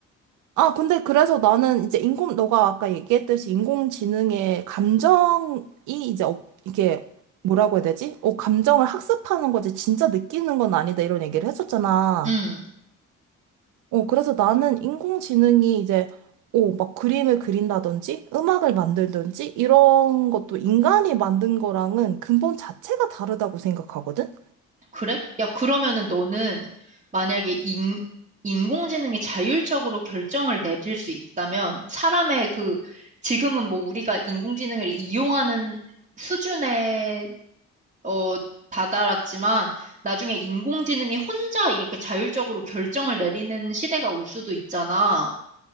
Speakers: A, on the right; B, on the right.
A: 아, 근데 그래서 나는 이제 인공, 너가 아까 얘기했듯이 인공지능의 감정이 이제, 없- 이게 뭐라고 해야 되지? 어, 감정을 학습하는 거지, 진짜 느끼는 건 아니다, 이런 얘기를 했었잖아.
B: 음.
A: 어, 그래서 나는 인공지능이 이제, 어, 막 그림을 그린다든지, 음악을 만들든지, 이런 것도 인간이 만든 거랑은 근본 자체가 다르다고 생각하거든?
B: 그래? 야, 그러면은 너는 만약에 인, 인공지능이 자율적으로 결정을 내릴 수 있다면, 사람의 그, 지금은 뭐 우리가 인공지능을 이용하는 수준에, 어, 다다랐지만, 나중에 인공지능이 혼자 이렇게 자율적으로 결정을 내리는 시대가 올 수도 있잖아.